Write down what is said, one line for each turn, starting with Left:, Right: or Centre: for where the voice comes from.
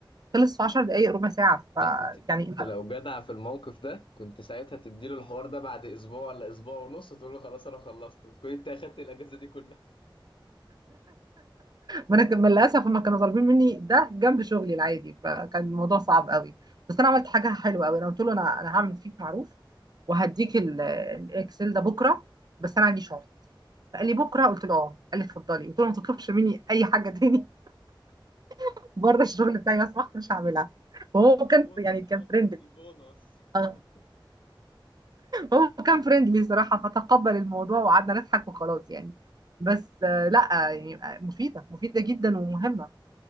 Right: خلص في 10 دقائق ربع ساعه فيعني
Left: لا انت انت لو جدع في الموقف ده كنت ساعتها تديله الحوار ده بعد اسبوع ولا اسبوع ونص وتقول له خلاص انا خلصت وتكون انت اخدت الاجازه دي كلها
Right: ما انا كان- للاسف هم كانوا طالبين مني ده جنب شغلي العادي فكان الموضوع صعب قوي بس انا عملت حاجه حلوه قوي انا قلت له انا انا هعمل فيك معروف وهديك ال- الاكسل ده بكره بس انا عندي شغل فقال لي بكره قلت له اه قال لي اتفضلي قلت له ما تطلبش مني اي حاجه تاني <laughs> بره الشغل بتاعي لو سمحت مش هعملها وهو
Left: لا وفي
Right: كان
Left: بونص
Right: يعني كان
Left: يابا
Right: فريندلي
Left: في بونص <laughs>
Right: اه هو كان فريندلي صراحه فتقبل الموضوع وقعدنا نضحك وخلاص يعني بس آه، لا يعني آه، مفيده مفيده جدا ومهمه